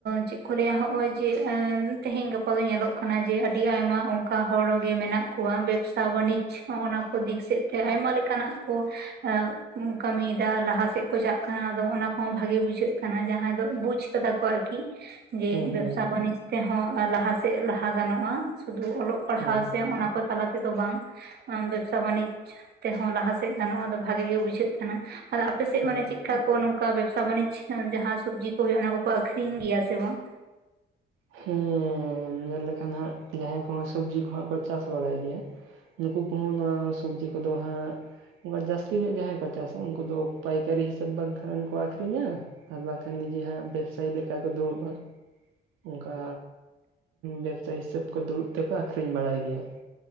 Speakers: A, on the right; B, on the right.
A: ᱪᱮᱫ ᱠᱚ ᱞᱟᱹᱭᱟ ᱦᱚᱸᱜᱼᱚᱭ ᱡᱮ ᱛᱮᱦᱮᱧ ᱜᱟᱯᱟ ᱫᱚ ᱧᱮᱞᱚᱜ ᱠᱟᱱᱟ ᱡᱮ ᱟᱹᱰᱤ ᱟᱭᱢᱟ ᱚᱱ ᱚᱱᱠᱟ ᱦᱚᱲ ᱜᱮ ᱢᱮᱱᱟᱜ ᱠᱚᱣᱟ ᱵᱮᱵᱽᱥᱟ ᱵᱟᱱᱤᱡᱽ ᱦᱚᱸ ᱚᱱᱟ ᱠᱚ ᱫᱤᱠ ᱥᱮᱫ ᱛᱮ ᱟᱭᱢᱟ ᱞᱮᱠᱟᱱᱟᱜ ᱠᱚ ᱮᱸ ᱠᱟᱹᱢᱤᱭᱮᱫᱟ ᱞᱟᱦᱟ ᱥᱮᱫ ᱠᱚ ᱪᱟᱠ ᱠᱟᱱᱟ ᱟᱫᱚ ᱚᱱᱟ ᱠᱚᱦᱚᱸ ᱵᱷᱟᱜᱮ ᱵᱩᱡᱷᱟᱹᱜ ᱠᱟᱱᱟ ᱡᱟᱦᱟᱸᱭ ᱫᱚ ᱵᱩᱡ ᱠᱟᱫᱟ ᱠᱚ ᱟᱨᱠᱤ᱾ ᱡᱮ
B: ᱦᱩᱸ
A: ᱵᱮᱵᱽᱥᱟ
B: ᱦᱩᱸ
A: ᱵᱟᱹᱱᱤᱡᱽ ᱛᱮᱦᱚᱸ ᱞᱟᱦᱟ ᱥᱮᱫ ᱞᱟᱦᱟ ᱜᱟᱱᱚᱜᱼᱟ ᱥᱩᱫᱩ ᱚᱞᱚᱜ ᱯᱟᱲᱦᱟᱣ
B: ᱦᱩᱸ
A: ᱥᱮ ᱚᱱᱟ, ᱠᱚ ᱛᱟᱞᱟ ᱛᱮᱫᱚ ᱵᱟᱝ ᱵᱮᱵᱽᱥᱟ ᱵᱟᱱᱤᱡᱽ ᱛᱮᱦᱚᱸ ᱞᱟᱦᱟᱥᱮᱫ ᱜᱟᱱᱚᱜᱼᱟ ᱵᱷᱟᱜᱮ ᱜᱮ ᱵᱩᱡᱷᱟᱹᱜ ᱠᱟᱱᱟ ᱟᱫᱚ ᱟᱯᱮᱥᱮᱫ
B: ᱦᱮᱸ
A: ᱢᱟᱱᱮ ᱪᱮᱫᱠᱟ ᱠᱚ ᱱᱚᱝᱠᱟ ᱵᱮᱵᱽᱥᱟ ᱵᱟᱱᱤᱡᱽ ᱡᱟᱦᱟᱸ ᱥᱚᱵᱽᱡᱤ ᱠᱚ ᱦᱩᱭᱩᱜᱼᱟ᱾ ᱚᱱᱟ ᱠᱚᱠᱚ ᱟᱠᱷᱨᱤᱧ ᱜᱮᱭᱟ ᱥᱮ ᱵᱟᱝ?
B: ᱦᱮᱸ ᱧᱮᱞ ᱞᱮᱠᱷᱟᱱ ᱫᱚ ᱦᱟᱸᱜ ᱡᱟᱦᱟᱸᱭ ᱠᱚᱦᱚᱸ ᱥᱚᱵᱽᱡᱤ ᱠᱚᱦᱟᱸᱜ ᱠᱚ ᱪᱟᱥ ᱵᱟᱲᱟᱭ ᱜᱮᱭᱟ᱾ ᱱᱩᱠᱩ ᱠᱚᱦᱚᱸ ᱱᱚᱣᱟ ᱥᱚᱵᱽᱡᱤ ᱠᱚᱫᱚ ᱦᱟᱸᱜ ᱚᱱᱠᱟ ᱡᱟᱹᱥᱛᱤ ᱧᱚᱜ ᱡᱟᱦᱟᱸᱭ ᱠᱚ ᱪᱟᱥᱟ ᱩᱱᱠᱩ ᱫᱚ ᱯᱟᱭᱠᱟᱹᱨᱤ ᱦᱤᱥᱟᱹᱵᱽ ᱵᱟᱝᱠᱷᱟᱱ ᱠᱚ ᱟᱹᱠᱷᱨᱤᱧᱟ᱾ ᱟᱨ ᱵᱟᱝᱠᱷᱟᱱ ᱱᱤᱡᱮ ᱦᱟᱸᱜ ᱵᱮᱵᱽᱥᱟᱭᱤ ᱞᱮᱠᱟ ᱠᱚ ᱫᱩᱲᱩᱵᱼᱟ᱾ ᱚᱱᱠᱟ ᱵᱮᱵᱽᱥᱟ ᱦᱤᱥᱟᱹᱵᱽ ᱛᱮᱠᱚ ᱫᱩᱲᱩᱵ ᱛᱮᱠᱚ ᱟᱠᱷᱨᱤᱧ ᱵᱟᱲᱟᱭ ᱜᱮᱭᱟ᱾